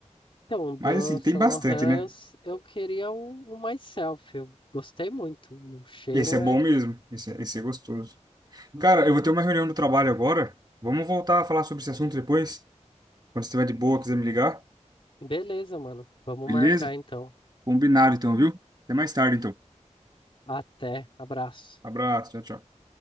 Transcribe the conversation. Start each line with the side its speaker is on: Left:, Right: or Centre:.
Left: Então, do
Right: Mas, assim,
Left: Saint
Right: tem bastante,
Left: Laurent,
Right: né?
Left: eu, s- eu queria o, o Myself. Eu gostei muito. E o cheiro
Right: Esse é bom
Left: é.
Right: mesmo. Esse, é- esse é gostoso. Cara, eu vou ter uma reunião do trabalho agora. Vamos voltar a falar sobre esse assunto depois. Quando você estiver de boa, quiser me ligar.
Left: Beleza, mano. Vamos
Right: Beleza?
Left: marcar então.
Right: Combinado, então, viu? Até mais tarde, então.
Left: Até. Abraço.
Right: Abraço, tchau, tchau.